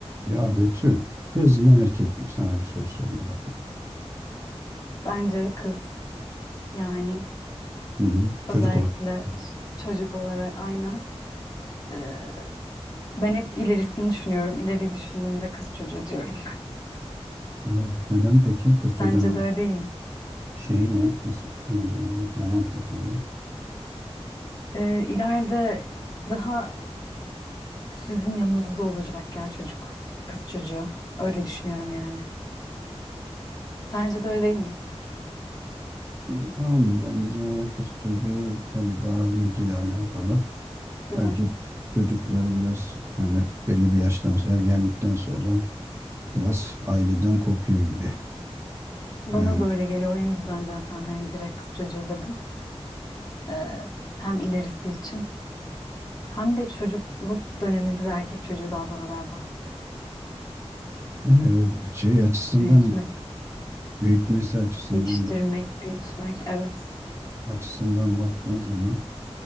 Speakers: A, on the right; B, on the left.
A: Ya Betül, kız mı erkek mi? Sana bir soru sorayım bakayım.
B: Bence kız yani
A: Hı hı. Çocuk
B: özellikle
A: olarak.
B: ş- çocuk olarak aynen. Ee, ben hep ilerisini düşünüyorum. İleri düşündüğümde kız çocuğu diyorum.
A: Aa, neden peki?
B: <laughs>
A: Kız çocuğunun
B: Bence de öyle değil mi?
A: şeyi ne? Kız, e, neden kız çocuğu?
B: Ee, ileride daha sizin yanınızda olacak ya çocuk. Kız çocuğu. Öyle düşünüyorum yani. Sence de öyle değil mi?
A: E, abi bence kız çocuğu tabii daha ilgili alakalı.
B: Değil
A: Erkek
B: mi?
A: çocukları biraz yani belli bir yaştan sonra, ergenlikten sonra biraz aileden kopuyor gibi.
B: Bana
A: Yani
B: da öyle geliyor. O yüzden zaten hani direkt kız çocuğu dedim. Ee, hem ilerisi için. Hem de çocukluk döneminde de erkek çocuğu daha zor galiba.
A: e, şey açısından
B: Büyütmesi.
A: büyütmesi açısından
B: Yetiştirmek,
A: bak-
B: büyütmek, evet.
A: açısından baktığın zaman